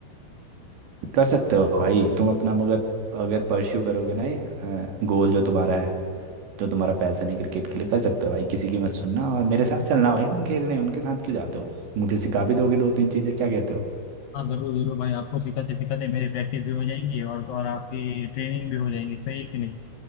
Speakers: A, on the right; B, on the left.
A: कर सकते हो भाई तुम अपना मगर अगर परस्यू करोगे ना ये गोल जो तुम्हारा है जो तुम्हारा पैसन है क्रिकेट के लिए कर सकते हो भाई किसी की मत सुनना और मेरे साथ चलना भाई तुम खेलने उनके साथ क्यों जाते हो मुझे सिखा भी दोगे दो तीन चीजें क्या कहते हो
B: हाँ जरूर जरूर भाई आपको सिखाते सिखाते मेरी प्रैक्टिस भी हो जाएंगी और तो और आपकी ट्रेनिंग भी हो जाएगी सही है कि नहीं